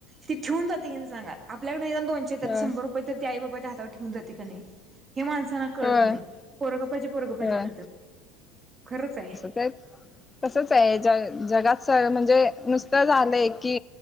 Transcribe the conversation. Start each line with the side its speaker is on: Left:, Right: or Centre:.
Right: ती ठेउन जाते कि नाही सांगा आपल्याकडे निदान दोन त्याच्यातले
Left: होय
Right: शंभर रुपये तरी ती आई बापाच्या हातावर ठेवून जाती का नाही हे माणसांना कळत
Left: होय
Right: नाही. पोरगं पायजे पोरगं पायजे
Left: होय
Right: करत्यात खरंच आहे.
Left: तर तसंच आहे ज जगात स म्हणजे नुसतं झालंय की